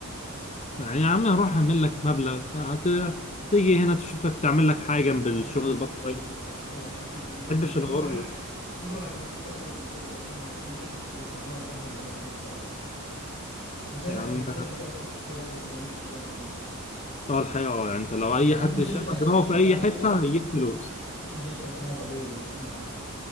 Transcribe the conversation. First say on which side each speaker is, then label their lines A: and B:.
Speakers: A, on the left; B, on the left.
A: يعني يا عم هروح اعمل لك مبلغ هت- تيجي هنا تشوف لك تعمل لك حاجه جنب الشغل
B: ما بحبش
A: البارت
B: الغربه
A: تايم
B: ما ما بحبش الغربه
A: ما بحبش
B: كل
A: الغربه
B: واحد كل واحد وليه طاقته في الغربه انا ما- ماليش انا في الغربه انا بحب البلد دي بصراحه وشايف
A: يا عم
B: ان البلد دي فيها فلوس كتير قوي بس لو انت شغلت دماغك
A: اه الحقيقه اه يعني انت لو اي
B: يعني
A: حد
B: في شركه
A: شغل
B: في
A: دماغه
B: شركه
A: في اي
B: عندنا
A: حته هيجيب فلوس
B: في شركه اسمها فاليو لو تسمع عنها